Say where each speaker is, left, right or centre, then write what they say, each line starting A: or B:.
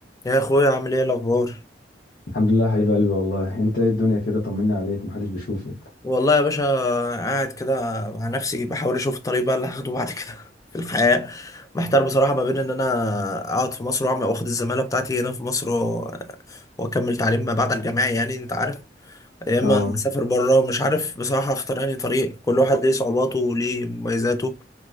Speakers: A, on the left; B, on the left.
A: يا اخويا عامل ايه الاخبار
B: الحمد لله يا حبيب قلبي والله انت ايه الدنيا كده طمنا عليك محدش بيشوفك
A: والله يا باشا قاعد كده مع نفسي بحاول اشوف الطريق بقى اللي هاخده بعد كده <laughs> في الحياه محتار بصراحه ما بين ان انا اقعد في مصر واعمل واخد الزماله بتاعتي هنا في مصر و- واكمل تعليم ما بعد الجامعي يعني انت عارف يا اما
B: اه
A: اسافر بره مش عارف بصراحه اختار انهي طريق كل واحد ليه صعوباته وليه مميزاته